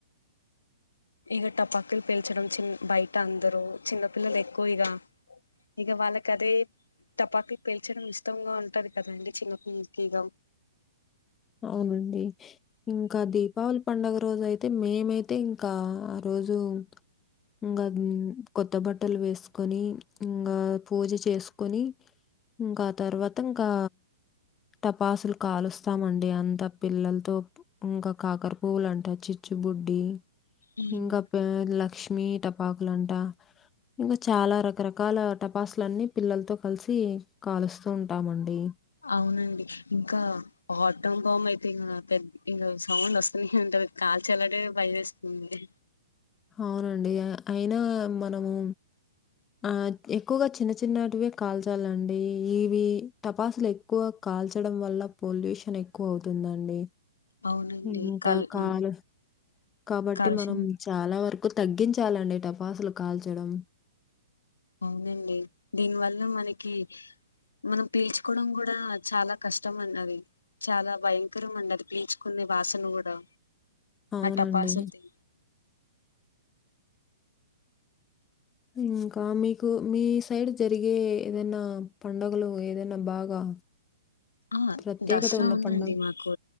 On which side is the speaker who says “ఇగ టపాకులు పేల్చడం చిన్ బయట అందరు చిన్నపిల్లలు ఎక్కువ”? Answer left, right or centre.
Left